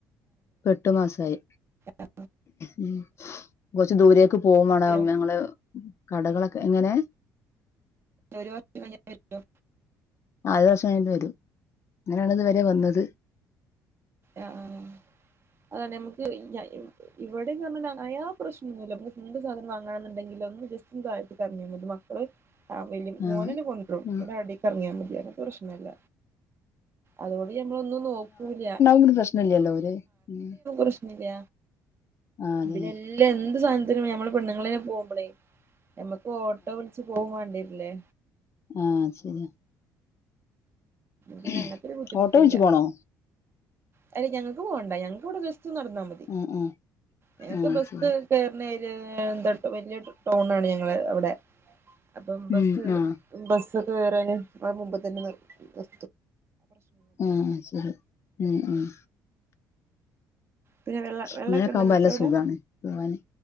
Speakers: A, on the left; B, on the right.
A: പ്പ എട്ടു മാസായി
B: ആ
A: ഉം കൊറച്ച് ദൂരേക്ക് പോകേം വേണം
B: വരോ
A: ഞങ്ങള് കടകളൊക്കെ എങ്ങനെ
B: ഒരു വർഷം കയ്ഞ്ഞവരോ?
A: ആദ്യ വർഷം ആട്ട് വരും അങ്ങനെയാണ് ഇത് വരെ വന്നത്
B: അ അ ആഹ <unintelligible> നമ്മക്ക് ന ഇ ഇവിടെന്ന് പറഞ്ഞാ നയാ പ്രശ്നൊന്നുല്ല മ്മ് ന്ന് എന്ത് സാധനം വാങ്ങണംന്ന് ഇണ്ടേലും. ചായ മ ദ മക്കള ആഹ് വലി
A: ആഹ്
B: മോനെണ് കൊണ്ടും
A: ഉം
B: ഇന അടക്ക് ഇറങ്ങിയാൽ മതി അങ്ങനത്തെ പ്രശ്നമല്ല. അതുകോണ്ട് ഞമ്മളൊന്നും നോക്കൂല.
A: ന പ്രശ്നല്ലല്ലോ ലെ ഉ ഉം.
B: പ്രശ്നല്ല
A: ആഹ് അതന്നെ
B: പിന്നെ എല്ലാ എന്ത് സാധനത്തിനും ഞമ്മള് പെണ്ണുങ്ങളെന്നെ പോമ്പളേ. നമ്മക്ക് ഓട്ടോ വിളിച്ഛ് പോവും വാണ്ടി വരില്ലേ.
A: ആ, ശരിയാ.
B: പിന്നെ
A: <inaudible>
B: അങ്ങനത്തെ ഒരു ബുദ്ധിമുട്ടില്ല
A: ഓട്ടോ വിളിച്ച്, പോണോ.
B: അല്ല, ഞങ്ങക്ക് പോണ്ട, ഞങ്ങക്ക്വ്ടെ. ക്ക്നടന്നാ മതി,
A: ആഹ് ആഹ്
B: ഞങ്ങക്ക്
A: ആഹ്
B: ബസ്,
A: ശരി
B: കേർണെയിൽ ഇ ഈ <unintelligible> വല്യ, ടൗണാണ് ഞങ്ങളെ അവ്ടെ, അപ്പോ, മ്മ്, ബസ്സ്,
A: ഉം ആഹ്
B: മ്മ്, ബസ്സ്, <inaudible> ങ്ങക്ക് കേറാന്, ആ മുമ്പ്ത്തന്നെ, നിർ നിർ
A: ആ, ശെരി, എ, ഏ.
B: പിന്നെ വെള്ള വെള്ളമൊക്കെ
A: അങ്ങനൊക്കാവുമ്പോ,
B: ഉണ്ടോ നിങ്ങൾക്ക്
A: നല്ല
B: അവിടെ
A: സുഖാണ്, പൂവാന്, നല്ല സുഖാണ്,